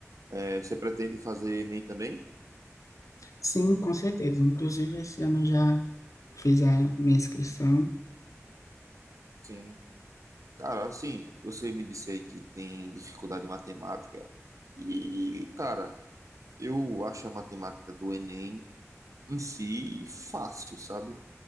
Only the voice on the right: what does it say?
é, você pretende fazer Enem também?
Sim. Cara, assim, você me disse aí que tem dificuldade em matemática. E, cara, eu acho a matemática do Enem em si fácil, sabe?